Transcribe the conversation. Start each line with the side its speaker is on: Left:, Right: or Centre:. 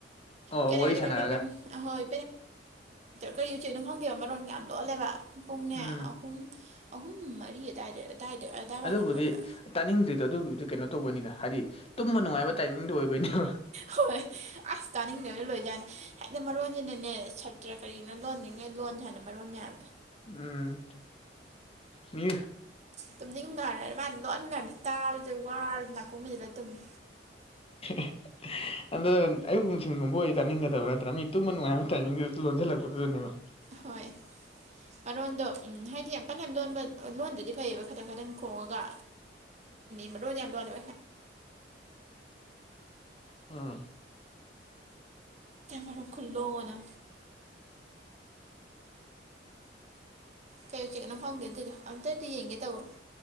Left: ꯑꯣ
Right: ꯀꯦꯔꯤ
Left: ꯋꯥꯔꯤ
Right: ꯀꯔꯤ
Left: ꯁꯥꯟꯅꯔꯒ
Right: ꯀꯔꯤ ꯀꯔꯤ ꯀ ꯍꯣꯏ ꯀꯔꯤ ꯎꯆꯅꯣ ꯈꯪꯦꯕ ꯃꯔꯣꯟ ꯀ ꯌꯥꯝ ꯂꯣꯜꯂꯦꯕ ꯄꯨꯡꯅꯦ
Left: ꯎꯝ
Right: ꯑꯍꯨꯝ ꯑꯍꯨꯝ ꯃꯔꯤ ꯑꯗꯨꯋꯥꯏꯗ ꯑꯗꯨꯗꯥꯏꯗ ꯑꯗꯥꯏꯋꯥꯏꯗ
Left: ꯇꯗꯩꯅ
Right: ꯂꯣꯟꯕ
Left: ꯇ ꯍꯥꯏꯗꯤꯅꯨꯡꯉ ꯅ
Right: ꯍꯣꯏ ꯑꯁ ꯇꯥꯅꯤꯡꯗꯣꯏꯅ ꯂꯣꯏꯖꯥꯅꯦ ꯍꯥꯏꯗꯤ ꯃꯔꯣꯟꯁꯤꯅꯅꯦ ꯁꯇ꯭ꯔ ꯀꯔꯤꯅꯣ ꯂꯣꯟꯅꯤꯡ ꯅꯪꯅꯦ ꯂꯣꯟ ꯍꯦꯅꯦ ꯃꯔꯣꯟ ꯍꯅꯦ
Left: ꯎꯝ ꯃꯤ
Right: ꯇꯨꯝꯅꯤꯡꯈꯔ ꯑꯗꯨ ꯃꯥꯥꯏꯅ ꯂꯣꯟꯕ ꯃꯌꯥꯝꯁꯦ ꯇꯥꯕꯗ ꯋꯥꯔ ꯅꯥꯀꯨꯝ ꯃꯤꯁꯤꯗ ꯑꯗꯨꯝꯃꯦ
Left: <inaudible> ꯑꯗꯣ ꯑꯌꯨꯛ ꯅꯨꯡꯊꯤꯒꯨꯝꯕ ꯑꯣꯏ ꯇꯥꯅꯤꯡꯒꯗꯕ ꯅꯠꯇ꯭ꯔꯥ ꯃꯤ ꯇꯨꯝꯃ ꯅꯨꯡꯉꯥꯏꯕ ꯇꯥꯏꯃꯤꯡꯗꯨ ꯂꯣꯟꯁꯤꯜꯂꯛꯄꯗꯨꯗꯅꯦꯕ
Right: ꯍꯣꯏ ꯃꯔꯣꯟꯗꯣ ꯎꯝ ꯍꯥꯏꯗꯤ ꯌꯥꯝ ꯀꯟꯅ ꯂꯣꯟꯕ ꯂꯣꯟꯗꯨꯗꯤ ꯐꯩꯌꯦꯕ ꯈꯈꯤꯇꯪ ꯈꯇꯪ ꯈꯣꯡꯉꯒ ꯃ ꯔꯣꯖ ꯌꯥꯝ ꯇꯔꯗꯦ
Left: ꯎꯝ
Right: ꯃꯔ ꯈꯨꯂꯅ ꯀꯩ ꯎꯆꯦꯛꯅ ꯐꯪꯒꯦ ꯑꯗꯨꯗꯣ ꯑꯝꯇꯗꯤ ꯌꯦꯡꯒꯦ ꯇꯥꯧꯕꯣ